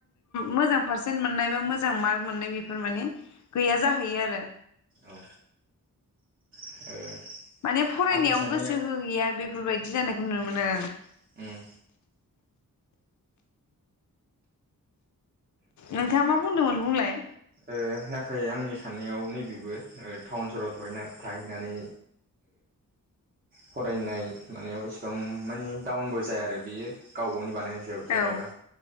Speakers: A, on the left; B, on the right.
A: मोजां पारसे मोननाय बा मोजां मार्क मोननाय बेफोर मान गैया जाहैयो आरो
B: औ ओ
A: माने फरायनायाव
B: आंनि साननायाव
A: गोसो होहैया बेफोरबायदि बिदि जानायखौ नुनो मोनो।
B: उम
A: नोंथाङा मा बुंदोंमोन बुंलाय
B: ओ नाथाय आंनि साननायाव नैबेबो टाउन सहाव थाहैनानै फरायनाय मानायाव इसिबां मानि डाउनबो जाया आरो बियो गाव गावनि बानाय मयाव जेनेबा
A: औ